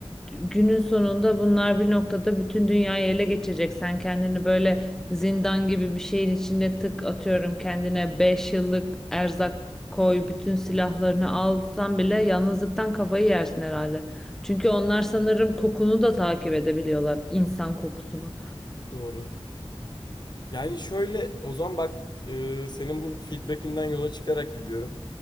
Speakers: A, in the centre; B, on the left (about 45°).
A: günün sonunda bunlar bir noktada bütün dünyayı ele geçirecek. Sen kendini böyle zindan gibi bir şeyin içine tık atıyorum kendine 5 yıllık erzak koy bütün silahlarını alsan bile yalnızlıktan kafayı yersin herhalde. Çünkü onlar sanırım kokunu da takip edebiliyorlar insan kokusunu.
B: Doğru. Yani şöyle o zaman bak e, senin bu feedbackinden yola çıkarak gidiyorum.